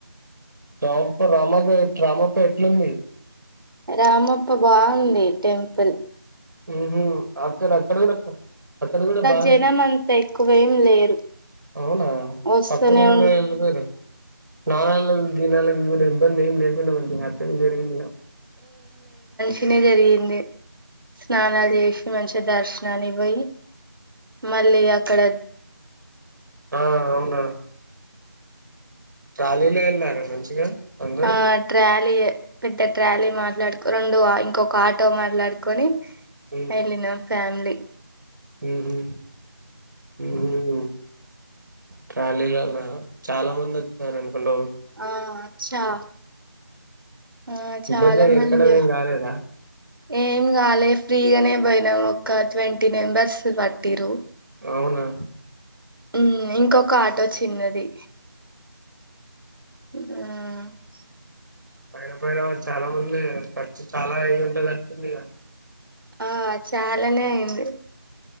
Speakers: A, on the right; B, on the right.
A: రామప్ప రామాగా రామాప్ప ఎట్లుంది
B: రామప్ప బాగుంది టెంపుల్
A: ఉహు ఉమ్ అక్కడ అక్కడ కూడా అక్కడ కూడా బాగా
B: జనం అంత ఎక్కువ ఏం లేరు
A: అవునా
B: వస్తూనే
A: పక్కన కూడా
B: ఉ
A: వెళ్ళిపోయార నె ద నెల <unintelligible> కూడా ఇబ్బంది ఏం లేకుండా ఉంది హ్యాపీగా జరిగింది గా
B: నే జరిగి గింది స్నానాలు చేసి మంచి గ దర్శనానికి పోయి మళ్ళీ అక్కడ
A: ఆ అవునా ట్రాలీలో ఎల్లార్ ఆ మంచిగా అందరూ
B: ఆ ట్రా లియే పెద్ద ట్రాలీ మాట్లాడుకొని రొండు ఆ ఇంకొక ఆటో మాట్లాడుకొని
A: ఉమ్,
B: వెళ్ళినం ఫ్యామిలీ
A: ఉహు హుమ్మ్ ట్రాలీలలో చాలా మంది అచ్ సార్ అనుకుంటావ్
B: ఆ చా ఆ చాలా
A: ఇబ్బంది ఎరకడం
B: మంది
A: ఏం కాలేదా
B: ఏం కాలే ఫ్రీగానే పోయినాం ఒక ట్వంటీ మెంబర్స్ పట్టిరు
A: అవునా
B: ఉ ఇంకొక ఆటో చిన్నది ఆ
A: పైన పైన చాలా మంది ఖర్చు చాలా అయి ఉంటంది నట్టుంది గ
B: ఆ చాలానే అయింది